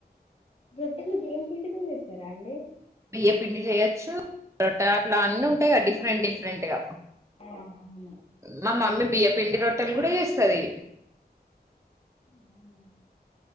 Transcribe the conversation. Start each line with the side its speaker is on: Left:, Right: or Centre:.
Left: రొట్టెలు బియ్యం పిండితో చేస్తారా అండి
Right: బియ్యం పిండి చేయొచ్చు రొట్టె అట్లా అన్నీ ఉంటాయి గా డిఫరెంట్ డిఫరెంట్ గా
Left: ఆ అవును
Right: మా మమ్మీ బియ్య పిండి రొట్టెలు కూడా చేస్తది
Left: అవునా